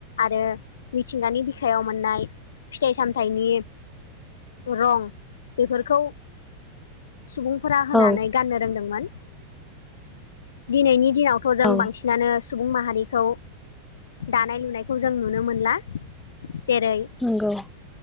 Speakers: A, on the left (about 65°); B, in the centre.
A: आरो मिथिंगानि बिखायाव मोननाय फिथाइ सामथाइनि रं बेफोरखौ सुबुंफोरा होनानै
B: औ
A: गाननो रोंदोंमोन। दिनैनि दिनाव जों
B: औ
A: बांसिनानो सुबुं माहारिखौ दानाय लुनायखौ जों नुनो मोनला जेरै
B: नंगौ